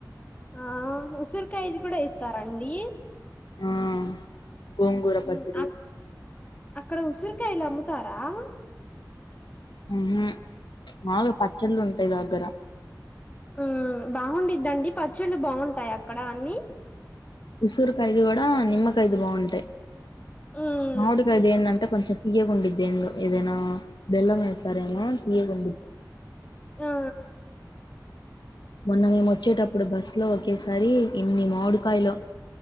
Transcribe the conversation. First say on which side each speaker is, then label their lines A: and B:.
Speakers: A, on the left (about 20°); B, on the left (about 80°).
A: ఆ ఉసుర్కాయిది కూడా ఏస్తారాండి
B: ఆ గోంగూర
A: మ్మ్
B: పచ్చడి
A: అక్ అక్కడ ఉసిరికాయలమ్ముతారా <unintelligible>
B: ఉహు మాలుగ పచ్చళ్ళుంటాయి దగ్గర
A: ఊ బావుండిద్దండి పచ్చళ్ళు బాగుంటాయా అక్కడ అన్నీ
B: ఉసూరుకాయిది గూడా నిమ్మకాయిది బావుంటాయి
A: మ్మ్
B: మామిడికాయిది ఏందంటే కొంచెం తీయగుండుద్దెందో ఏదేనా బెల్లమేస్తారేమో తీయగుండి
A: ఆ
B: మొన్న మేమొచ్చేటప్పుడు బస్లో ఒకేసారి ఇన్ని మావుడికాయలు